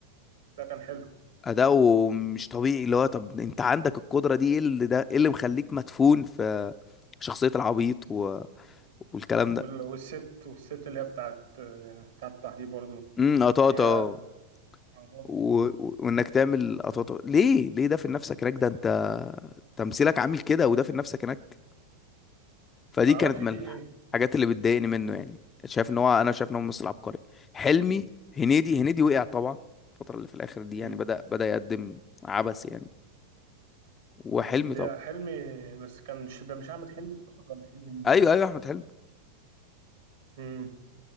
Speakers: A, on the right (about 60°); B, on the left (about 20°).
A: ده كان حلو
B: أداؤه مش طبيعي اللي هو طب أنت عندك القدرة دي إيه اللي ده إيه اللي مخليك مدفون في شخصية العبيط و... والكلام ده
A: وال... والست والست اللي هي بتاعت آه، تفتح دي برضه
B: امم قطاطة
A: اللي هي عطاطا
B: و...
A: والعبط
B: و-
A: ده
B: وانك تعمل اطوات ليه ليه ده في نفسك هناك ده انت تمثيلك عامل كده وده في نفسك هناك فدي
A: معرفش
B: كانت من
A: فيه ايه
B: الحاجات اللي بتضايقني منه يعني شايف ان هو انا شايف ان هو ممثل عبقري حلمي هنيدي هنيدي وقع طبعا الفتره اللي في الاخر دي يعني
A: امم
B: بدأ بدأ يقدم عبث يعني وحلمي
A: اللي
B: طبعا
A: هي حلمي بس كان مش ده مش أحمد حلمي تقصد ولا حلمي مين؟
B: ايوه ايوه احمد حلمي
A: امم